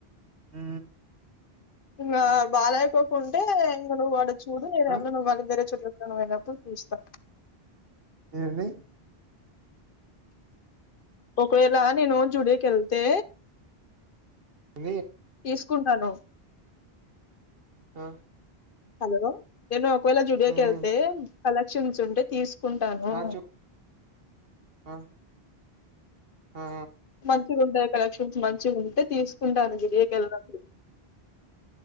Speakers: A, on the right (about 65°); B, on the left (about 55°).
A: ఊ
B: ఇంకా బాలాకోకుంటే ఇంగ నువ్వు ఆడ చూడు ఏదమన్నా
A: ఆ
B: నువ్వు వాళ్ళ దగర చట్ పోయినప్పుడు చూస్తా
A: ఏన్ని
B: ఒకవేళ నేను జ్యూడియోకి వెళ్తే
A: అ
B: తీసుకుంటాను
A: ఆ
B: హలో నేను ఒకవేళ జుడియోకి
A: మ్మ్
B: వెళ్తే కలెక్షన్స్ ఉంటే తీసు కుంటాను
A: ఆ చెప్ ఆ ఆ
B: మంచిగ ఉంటాయి కలెక్షన్స్ మంచిగ ఉంటే తీసుకుంటాఅనింది గిరియకెళ్ళద